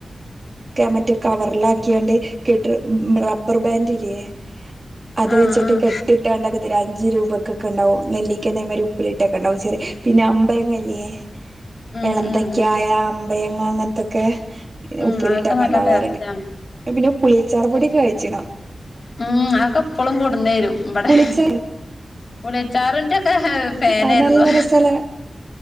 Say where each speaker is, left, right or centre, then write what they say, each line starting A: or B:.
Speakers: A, on the right (about 40°); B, on the left (about 55°).
A: മറ്റേ കവറില ആാക്കിയാണ്ട് കെട്ടിണ റബ്ബർ ബാൻഡ്ല്ലേ? അത്
B: ആഹ്
A: വെച്ചിട്ട്
B: ആഹ്
A: കെട്ടി ഇട്ടാണ്ടാക്ക ഒരു അഞ്ച് രൂപ കൊക്കെണ്ടാകും നെല്ലിക്ക അതേ മാതിരി ഉപ്പിലിട്ടൊ കെണ്ടാകും പിന്നെ അമ്പയങ്ങലെ?
B: ഉം
A: എളന്തക്കായ
B: ഉം ഉം
A: അമ്പയങ്ങ അങ്ങനത്തൊക്കെ.
B: ഉം
A: ഉപ്പിലിട്ടൊക്കെ
B: അതൊക്കെ നല്ല
A: ഉണ്ടാവാറുണ്ട്
B: ടേസ്റ്റാണ്
A: പിന്നെ പുളിയച്ചാർ പൊടി ഒകെ കഴിച്ച് ണോ?
B: ഉം അതൊക്കെ ഇപ്പളും കൊടുന്നേരും ഇവിടെ.
A: പുളിച്ചാർ
B: പുളി അച്ചാറിന്റെ ഒക്കെ ഫാൻയിരുന്നു.
A: അത് നല്ല രസല്ലേ